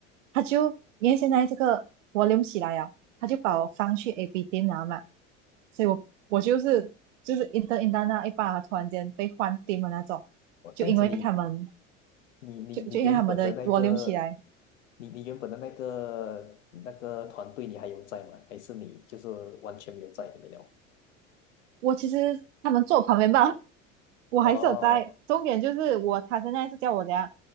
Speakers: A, on the right; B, on the left.
A: 他就因为现在这个 volume 起来呀，他就把我放去 AB t e 了嘛，所以我我就是就是 i n t e inter 那一把突然间被换 t e 的那种，
B: 哦这样子你
A: 就因为他们
B: 你你你原本的那个，
A: 就就因为他们的 volume 起来，
B: 你你原本的那个那个团队，你还有在吗？还是你就是完全没有在里面了？
A: 我其实他们坐我旁边吧，<laughs> 我还是有在。
B: 哦，
A: 重点就是我，他现在是叫我怎样，